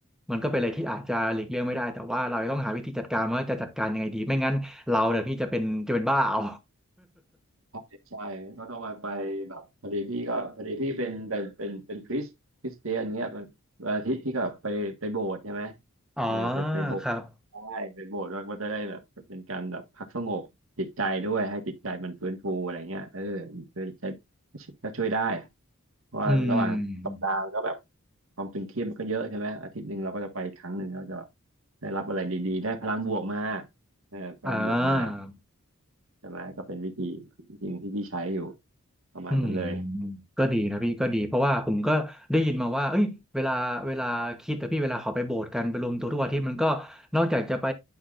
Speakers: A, in the centre; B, on the right.
A: มันก็เป็นอะไรที่อาจจะหลีกเลี่ยงไม่ได้แต่ว่าเราต้องหาวิธีจัดการว่าจะจัดการยังไงดีไม่งั้นเราเนี่ยพี่จะเป็นจะเป็นบ้าเอา
B: ใช่ใช่ก็ต้องไปแบบพอดีพี่ก็พอดีพี่เป็นเป็นเป็นเป็นคริสคริสเตียนเงี้ยมันวันอาทิตย์พี่ก็ไปไปโบสถ์ใช่ไหม
A: <laughs> อ๋อ
B: เออไปไปโบสถ์ใช่ไปโบสถ์แล้วก็จะได้แบบเป็นการแบบพักสงบจิตใจด้วยให้จิตใจมันฟื้นฟูอะไรเงี้ยเออ
A: ครับ
B: ช่วยใช้ก็ช่วยได้เพราะว่าระหว่างสัปดาห์ก็แบบ
A: อืม
B: ความตึงเครียดมันก็เยอะใช่ไหมอาทิตย์หนึ่งเราก็จะไปครั้งหนึ่งเราจะแบบได้รับอะไรดีๆได้พลังบวกมาเออพลังบวกมา
A: อ่า
B: ใช่ไหมก็เป็นวิธีจริงที่พี่ใช้อยู่ประมาณนั้นเลย
A: อืมก็ดีนะพี่ก็ดีเพราะว่าผมก็ได้ยินมาว่าเอ้ยเวลาเวลาคิดแต่พี่เวลาเขาไปโบสถ์กันไปรวมตัวทุกอาทิตย์มันก็นอกจากจะไป